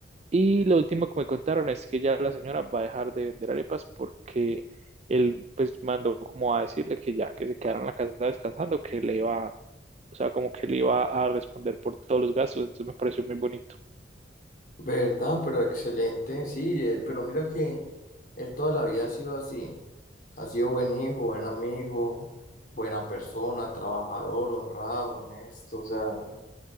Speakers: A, on the right; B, on the left.
A: Y lo último que me contaron es que ya la señora va a dejar de vender arepas porque él pues mandó como a decirle que ya que se quedara en la casa descansando, que le iba, o sea, como que le iba a responder por todos los gastos, entonces me pareció muy bonito.
B: verdad, pero excelente. Sí, eh, pero mira que él toda la vida ha sido así. Ha sido buen hijo, buen amigo, buena persona, trabajador, honrado, honesto. O sea.